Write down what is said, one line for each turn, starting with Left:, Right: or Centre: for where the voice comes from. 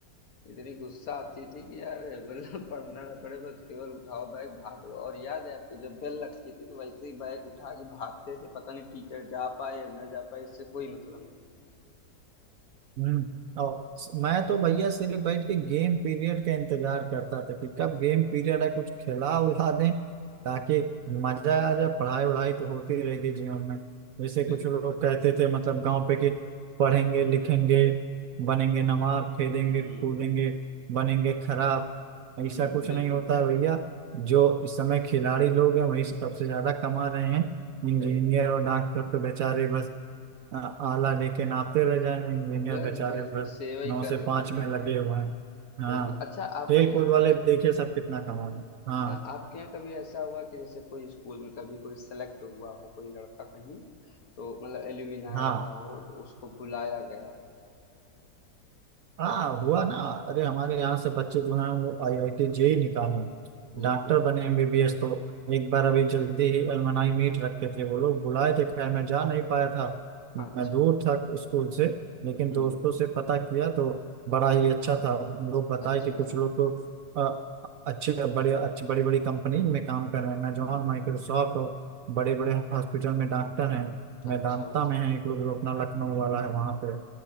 Left: इतनी गुस्सा आती थी कि यार मतलब <laughs> पढ़ना ना पड़े बस केवल उठाओ बैग भाग लो और याद है आपको जब बेल लगती थी तो वैसे ही बैग उठा के भागते थे पता नहीं टीचर जा पाए या ना जा पाए इससे कोई मतलब नहीं।
Right: हम्म और मैं तो भैया सिर्फ बैठ के गेम पीरियड का इंतजार करता था कि कब गेम पीरियड है कुछ खिला उला दें ताकि मजा आ जाए पढ़ाई वढ़ाई तो होती रहेगी जीवन में जैसे
Left: बिल्कुल।
Right: कुछ लोग कहते थे मतलब गांव पे कि पढ़ेंगे लिखेंगे बनेंगे नवाब खेलेंगे
Left: हुँ,
Right: कूदेंगे बनेंगे खराब
Left: हुँ,
Right: ऐसा कुछ
Left: बिल्कुल।
Right: नहीं होता है भैया जो इस समय खिलाड़ी लोग हैं वही सबसे ज्यादा कमा रहे हैं इंजीनियर
Left: सही बात
Right: और डॉक्टर तो बेचारे बस आ- आला लेके नापते रह जाएं इंजीनियर
Left: है। बस
Right: बेचारे
Left: बस
Right: बस
Left: बस सेवा ही
Right: नौ
Left: कर
Right: से
Left: रहे
Right: पांच
Left: हैं
Right: में लगे हुए हैं हाँ
Left: बिल्कुल अच्छा आपके
Right: खेल
Left: यहाँ
Right: कूद वाले
Left: का
Right: देखिए सब कितना कमा रहे हैं हाँ
Left: हाँ, आपके यहाँ कभी ऐसा हुआ कि जैसे कोई स्कूल में कभी कोई सेलेक्ट हुआ हो कोई लड़का कहीं तो मतलब एल्यूमिनाय
Right: हाँ
Left: रहा हो तो उसको बुलाया गया हो
Right: हाँ हुआ ना अरे हमारे यहाँ से बच्चे जो हैं वो आईआईटी जेई निकाले
Left: बिल्कुल
Right: डॉक्टर बने एमबीबीएस तो एक बार अभी जल्दी ही अलमनाई मीट रखे थे वो लोग बुलाए थे खैर मैं जा नहीं पाया था
Left: अच्छा
Right: मैं दूर था स्कूल से लेकिन
Left: हम्म
Right: दोस्तों से पता किया तो बड़ा ही अच्छा था लोग बताए
Left: अच्छा
Right: कि कुछ लोग तो अ, अच्छे बड़े अच्छी बड़ी बड़ी कंपनी में काम कर रहे हैं मैं जॉन
Left: हम्म
Right: माइक्रोसॉफ्ट और बड़े बड़े हॉस्पिटल में डॉक्टर हैं मैं
Left: अच्छा
Right: दांता
Left: अच्छा
Right: में है एक लोग जो अपना
Left: हम्म
Right: लखनऊ वाला है वहाँ पे